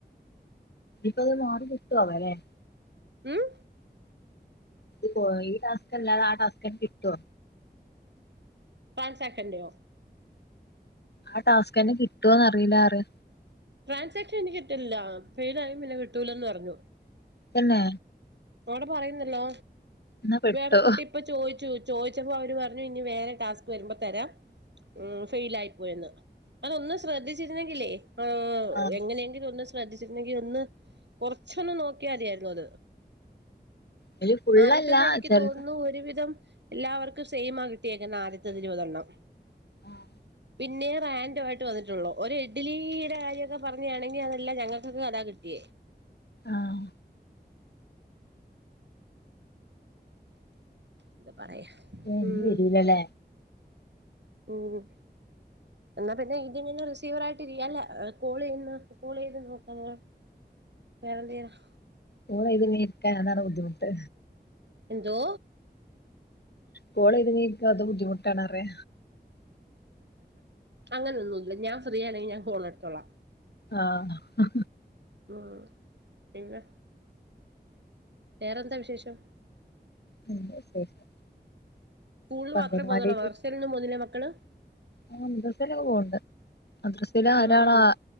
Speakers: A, on the left; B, on the right.
A: ഇപ്പ അത് മാറി കിട്ടൊ ആവോല്ലെ
B: മ്മ്
A: ഇത് പോയി ഈ ടാസ്‌ക്കല്ലാതെ ആ ടാസ്ക്കെന്നെ കിട്ടൊ
B: <unintelligible>
A: ആ ടാസ്ക്കെന്നെ കിട്ടോന്നറിയിലാ പറയ
B: ട്രാൻസ്ക്രിപ്ക്ഷൻ എനി കിട്ടില്ല ഫെയിലായ പിന്നെ കിട്ടൂലന്ന് പറഞ്ഞു
A: ത്തന്നെ
B: അവിടെ പറയുന്നല്ലോ
A: എന്നാ പെട്ടു
B: വേറെ കുട്ടി ഇപ്പ ചോയിച്ചു ചോദിച്ചപ്പോ അവര് പറഞ്ഞു ഇനി വേറെ ടാസ്ക് വരുമ്പോ തരാം ഉ ഫെയിലായിപ്പോയന്ന് അതൊന്ന് ശ്രദ്ധിച്ചിരുന്നെങ്കില്ലേ ആ
A: ആ
B: എങ്ങനെയെങ്കിലും ഒന്ന് ശ്രദ്ധിച്ചിരുന്നെങ്കിൽ ഒന്ന് കുറച്ചൊന്നു നോക്കിയാ മതിയായിരുന്നത്
A: അതില് ഫുള്ളല്ല
B: ആദ്യത്തത് എനിക്ക്
A: ചെറുത്
B: തോന്നുന്നു ഒരുവിധം എല്ലാവർക്കും സെയിമാ കിട്ടിയേക്കുന്നെ ആദ്യത്തതിരുപതെണ്ണം
A: ആഹ്
B: പിന്നെ റാൻഡം ആയിട്ട് വന്നിട്ടുള്ളൂ ഒരു ഇഡലിയുടെ കാര്യക്കെ പറുയാണെങ്കി അതല്ലാം ഞങ്ങൾക്കൊക്കെ അതാ കിട്ടിയേ
A: ആഹ്
B: എന്താ പറയാ
A: ഞാൻ
B: ഉം
A: ഇനി വരൂലല്ലേ
B: ഉം എന്നാ പിന്നെ ഇതിങ്ങനെ റിസീവറായിട്ട് ഇയാല കോൾ ചെയ്യാന്നാ കോൾ ചെയ്ത് നോക്കാതോർത്ത് വേറെന്തേർന്ന
A: കോൾ ചെയ്ത് ഇങ്ങനെ ഇരിക്കാനാണ് അതാണ്‌ ബുദ്ധിമുട്ട്
B: എന്തോ
A: കോളയ്ത് ങ്ങനെ ഇരിക്കാ അതും ബുദ്ധിമുട്ടാണറേ
B: അങ്ങനെൊന്നുംല്ല ഞാൻ ഫ്രീ ആണേങ്കിൽ ഞാൻ ഫോണെടുത്തോളാം
A: ആഹ്
B: ആഹ് പിന്നെ വേറെന്താ വിശേഷം
A: നല്ല വിശേഷം
B: സ്കൂളിൽ
A: ഇപ്പ
B: മാത്ര
A: അംഗൻവാടിക്ക്
B: പൊന്നുള്ളു മദ്രസ്സലും പോന്നില്ലേ മക്കള്
A: ആഹ് മദ്രസയിലൊക്കെ പോവണ്ട് മദ്രസല്
B: ഉം
A: ഒരാള്
B: ഉം
A: ആ